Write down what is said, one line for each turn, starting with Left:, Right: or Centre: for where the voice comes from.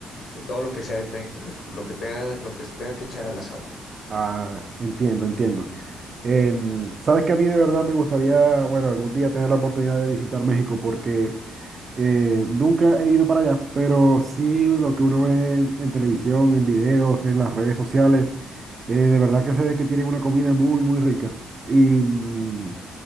Left: de todo lo que sea, te- lo que tenga, lo que se tenga que echar al asador.
Right: Ah, entiendo, entiendo. Em, sabes que a mí de verdad me gustaría, bueno, algún día tener la oportunidad de visitar México porque Eh, nunca he ido para allá, pero sí lo que uno ve en, en televisión, en videos, en las redes sociales, eh, de verdad que se ve que tienen una comida muy, muy rica. Y, mm,